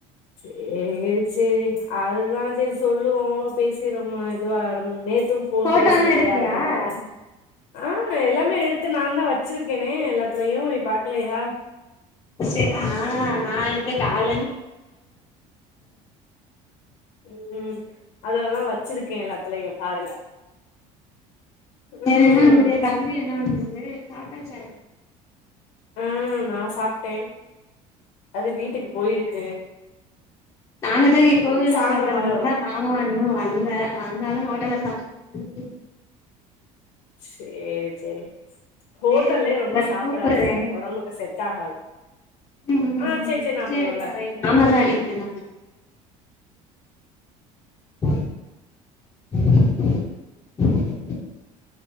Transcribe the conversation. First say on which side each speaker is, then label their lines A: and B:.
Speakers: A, on the left (about 65°); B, on the left (about 20°).
A: சேரி சேரி அதுதா சரி சொல்லுவோ பேசறோம இதுவாரு நேத் தும் ஃபோன்
B: ஃபோட்டோலா
A: பேசலையே
B: எடுத்தியா
A: அதனாலதாக்க ஆ எல்லாமே எடுத்து நாந்தா வச்சிருக்கேனே எல்லாத்துலயையு நீ பாக்கலையா
B: சரி ஆ நா என்ன கால்லந்த்
A: ம் அதுலல்லா வச்சிருக்கே எல்லாத்துலயு பாருங்க
B: வேற
A: ம்
B: என்ன வந்திரிய தம்பி என்னா வந்ருது சாப்ட்டாசா
A: ஆ நா சாப்ட்டே அது வீட்டுக்கு போயிருக்கு
B: நாங்க தா கோவில்ல
A: சாந்தரமாதா
B: பாக்கறதுல்லா
A: வருவா
B: மாமா இண்ணு வல் வந்தாலு ஹோட்டல்ல சாப்ப <inaudible>
A: சேரி சேரி ஹோட்டல்லே
B: சேரி பா
A: ரொம்ப
B: நா
A: சாப்டாதீக
B: கூப்படுறே
A: ஒடம்புக்கு செட் ஆகாது
B: ம்
A: ஆ
B: ம்
A: நான்
B: சரி
A: அப்புறம் பண்ணுறேன்
B: ச எ மாமாதா அடிக்குதுனா <inaudible>